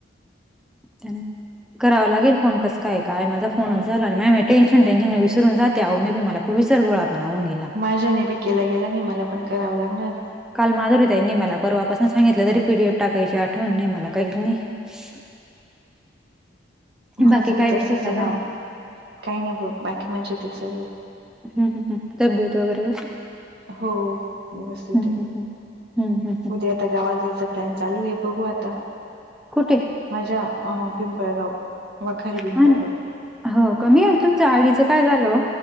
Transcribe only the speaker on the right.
माझ्याने बी केला गेला नाही, मला पण करावं लागणार.
माझं
बी
तसंच
आहे
ना. काही नाही हो, बाकी मजेत हेत सर्व.
हो, व्यवस्थित
ए,
उद्या आता गावालं जायचा प्लॅन चालूये, बघू आता.
माझ्या पिंपळगाव, वखारी पिंपळगाव.